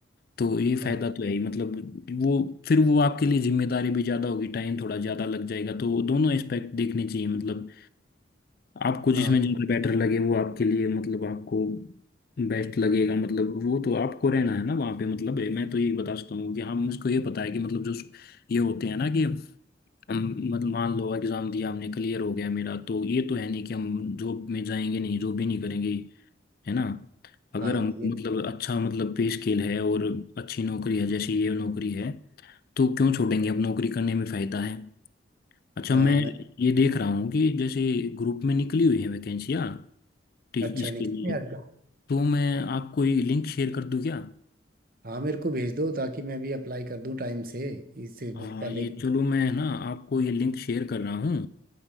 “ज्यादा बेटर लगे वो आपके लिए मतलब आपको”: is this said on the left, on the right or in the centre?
Left